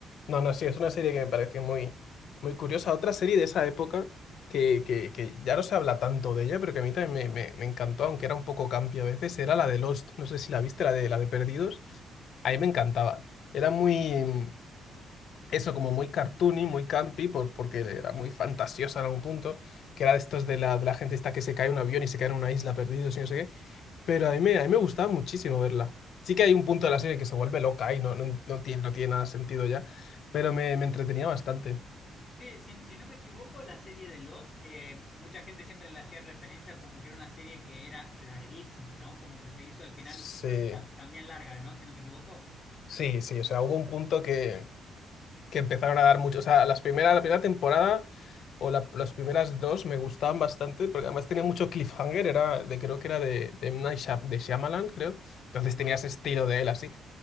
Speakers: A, on the left (about 65°); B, on the left (about 40°).
A: no, no, sí, es una serie que me pareció muy, muy curiosa. Otra serie de esa época que, que, que ya no se habla tanto de ella, pero que a mí también me, me, me encantó, aunque era un poco campi a veces, era la de Lost. No sé si la viste, la de, la de Perdidos. A mí me encantaba. Era muy, eso como muy cartoony, muy campy por, porque era muy fantasiosa en algún punto, que era de estos de la, de la gente esta que se cae en un avión y se cae en una isla perdidos y no sé qué, pero a mí me, a mí me gustaba muchísimo verla. Sí que hay un punto de la serie que se vuelve loca y no, no, no tiene, no tiene nada de sentido ya, pero me, me entretenía bastante.
B: Sí, si, si no me equivoco, la serie de Lost, eh, mucha gente siempre le hacía referencia como que era una serie que era larguísima, ¿no? Como que se hizo al final
A: Sí,
B: ta- también larga, ¿no? Si no me equivoco.
A: sí, sí, o sea, hubo un punto que que empezaron a dar mucho. O sea, las primeras, la primera temporada o la- las primeras dos me gustaban bastante, porque además tenía mucho cliffhanger, era de, creo que era de, de, M. Night Shyam- de Shyamalan, creo. Entonces
B: Ajá.
A: tenía ese estilo de él así.